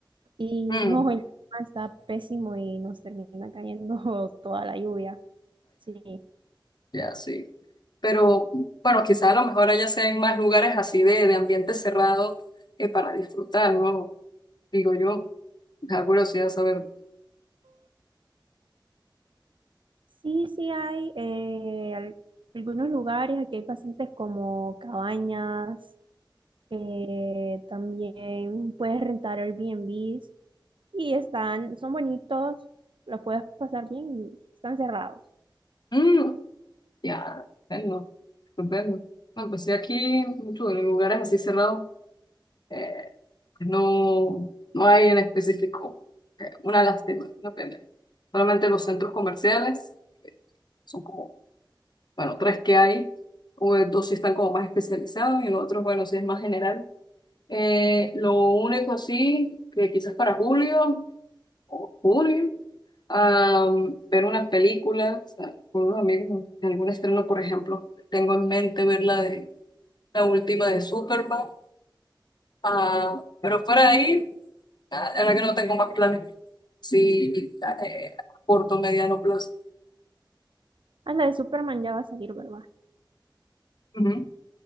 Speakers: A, on the right (about 80°); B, on the left (about 60°).
A: y
B: Mm,
A: no, el clima está pésimo y nos termina cayendo <laughs> toda la lluvia. Sí.
B: ya sí. Pero bueno, quizás a lo mejor allá sean más lugares así de, de ambiente cerrado eh, para disfrutar, ¿no? Digo yo, da curiosidad saber.
A: Sí, sí hay eh, al- algunos lugares, aquí hay bastantes como cabañas, eh, también puedes rentar Airbnbs y están, son bonitos, los puedes pasar bien y están cerrados.
B: Mm, ya, bueno, pues bueno. No, pues sí, aquí mucho en lugares así cerrados eh, pues no, no hay en específico. Eh, una lástima, una pena. Solamente los centros comerciales son como bueno, tres que hay, o, eh, dos sí están como más especializados y los otros, bueno, sí es más general. Eh, lo único sí, que quizás para julio o junio, am, ver una película, o sea, con unos amigos, algún estreno, por ejemplo, tengo en mente ver la de la última de Superman, ah, pero fuera de ahí, ah, la verdad que no tengo más planes, sí, eh, a corto, mediano plazo.
A: Ah, la de Superman ya va a salir, ¿verdad?
B: Ujú.